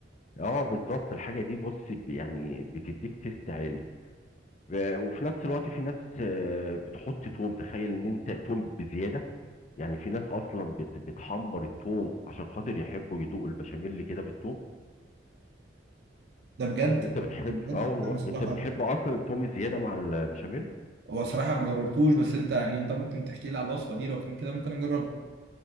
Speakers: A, on the left; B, on the right.
A: اه بالظبط الحاجه دي بص ب- يعني بتديك تيست عالي و- وفي نفس الوقت في ناس آه، بتحط توم تخيل ان انت توم بزياده يعني في ناس اصلا بت بتحمر التوم عشان خاطر يحبوا يدوقوا البشاميل كده بالتوم
B: ده بجد
A: انت بتحب
B: ده بجد
A: اه والله
B: لا، انا صراحه
A: انت بتحب اصلا التوم الزياده مع البشاميل
B: هو صراحه ما جربتوش بس انت يعني انت ممكن تحكي لي على الوصفه دي لو كان كده ممكن اجربها